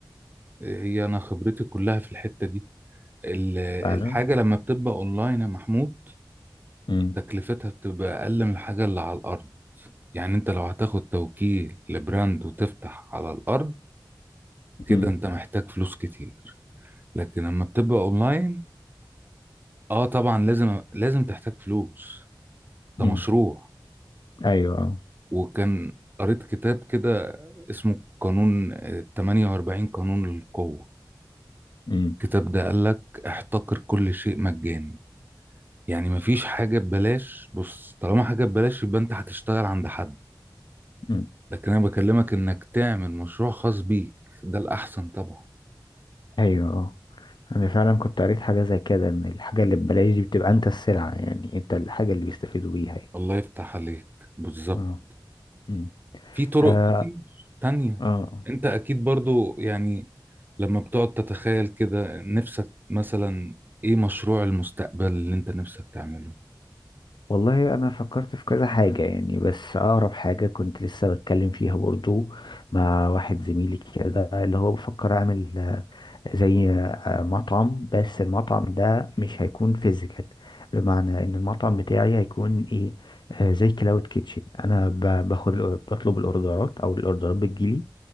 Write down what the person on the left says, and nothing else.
فعلا
امم
امم
امم
ايوه اه
امم
امم
ايوه اه انا فعلا كنت قريت حاجة زي كده ان الحاجة اللي ببلاش دي بتبقى انت السلعة يعني انت الحاجة اللي بيستفيدوا بيها يعني
اه امم
اه
آه.
والله انا فكرت في كذا حاجة يعني بس اقرب حاجة كنت لسه بتكلم فيها برضو مع واحد زميلي كده اللي هو بفكر اعمل آه، زي آه، مطعم بس المطعم ده مش هيكون فيزيكال بمعنى ان المطعم بتاعي هيكون ايه آه، زي كلاود كيتشن انا ب- باخد الأو- بطلب الاوردرات او الاوردرات بتجيلي